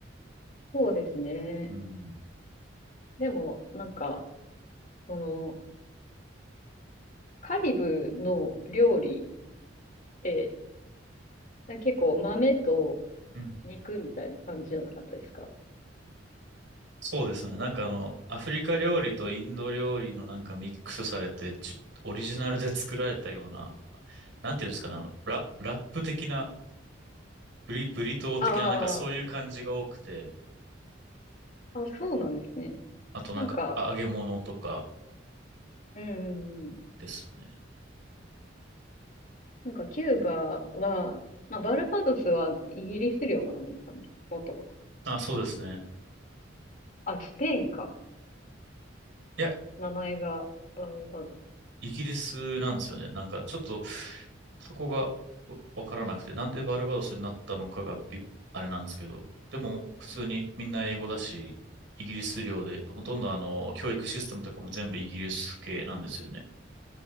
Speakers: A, on the left (about 45°); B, on the right (about 80°).
A: そうですね。
B: うん。
A: でも、なんか、その、カリブの料理って、なんか結構豆と
B: うん。
A: 肉みたいな感じじゃなかったですか
B: そうですね。なんかあの、アフリカ料理とインド料理のなんかミックスされて、じ、オリジナルで作られたような、なんていうんですかね、あの、ラ、ラップ的な、ブリ、ブリトー的な、
A: あ
B: なんかそういう感じが多くて、
A: あ、あ、そうなんですね。
B: あとなんかあ揚げ物とか
A: なんか、うんうんうん、
B: ですね。
A: なんかキューバは、まあ、バルバドスはイギリス領なんですかね。元。
B: あそうですね。
A: あ、スペインか。
B: いや
A: 名前がバルバド
B: イギリスなんですよね。なんかちょっとそこがおわからなくて、なんでバルバドスになったのかがびあれなんですけど、でも普通にみんな英語だし、イギリス領で、ほとんどあの、教育システムとかも全部イギリス系なんですよね。